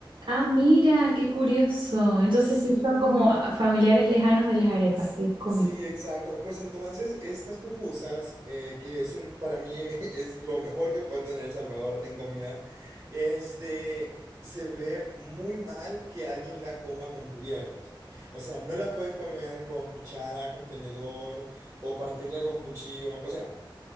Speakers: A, on the right; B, on the right.
A: ah, mira, qué curioso. Entonces
B: Sí,
A: sí son como a- familiares lejanos de las arepas,
B: S-
A: qué cómico.
B: Sí, exacto. Pues entonces estas pupusas, eh, que es un, para mí <laughs> es lo mejor que puede tener El Salvador en comida, este, se ve muy mal que alguien la coma con cubiertos. O sea, no la puedes comer con cuchara, con tenedor o partirla con cuchillo. O sea,